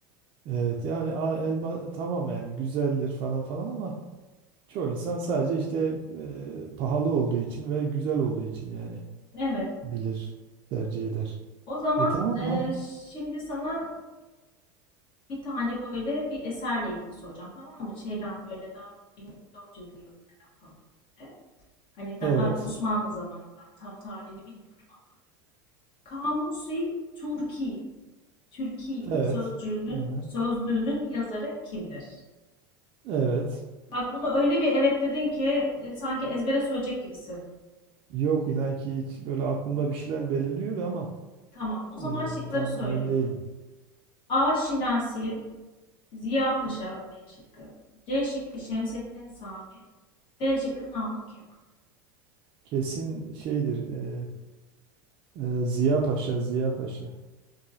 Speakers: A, on the right; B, on the left.
A: Evet yani a- elma tamam yani güzeldir falan falan ama çoğu insan sadece işte e, pahalı olduğu için ve güzel olduğu için yani
B: Evet.
A: bilir, tercih eder.
B: O zaman
A: E tamam
B: e,
A: ha.
B: şimdi sana Bir tane böyle bir eserle ilgili soracağım tamam mı? Şeyden böyle daha 1400'lü yıllardan falan. böyle. Hani daha
A: Evet.
B: Osmanlı zamanından tam tarihini bilmiyorum. Kamusi Türki, Türki
A: Evet.
B: sözcüğünün
A: Aha,
B: sözlüğünün yazarı kimdir?
A: Evet.
B: Bak bunu öyle bir evet dedin ki e, sanki ezbere söyleyecek gibisin.
A: Yok inan ki hiç böyle aklımda bir şeyler belirliyor ama
B: Tamam. O
A: e,
B: zaman şıkları
A: tam
B: söylüyorum.
A: emin değilim.
B: A. Şinasi, Ziya Paşa B şıkkı. C şıkkı Şemsettin Sami, D şıkkı Namık Kemal.
A: Kesin şeydir. e, e, Ziya Paşa, Ziya Paşa.